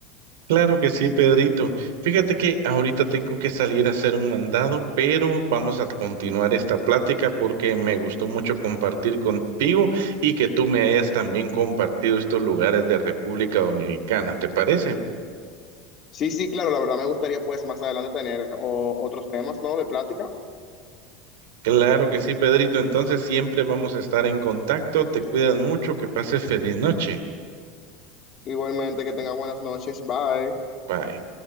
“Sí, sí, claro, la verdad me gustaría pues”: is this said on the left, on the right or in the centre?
Left